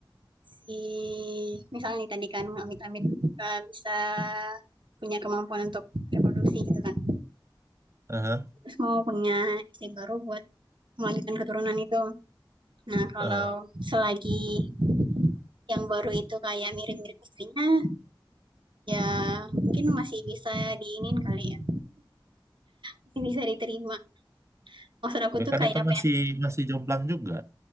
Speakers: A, on the right; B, on the right.
A: si misalnya nih tadi kan amit-amit nggak bisa punya kemampuan untuk reproduksi gitu kan,
B: Aha,
A: terus mau punya istri baru buat melanjutkan keturunan itu. Nah, kalau
B: ah.
A: selagi yang baru itu kayak mirip-mirip istrinya, ya mungkin masih bisa diiniin kali ya, masih bisa diterima. Maksud aku
B: Tapi
A: tuh
B: kan
A: kayak
B: itu
A: apa
B: masih
A: ya,
B: masih jomplang juga.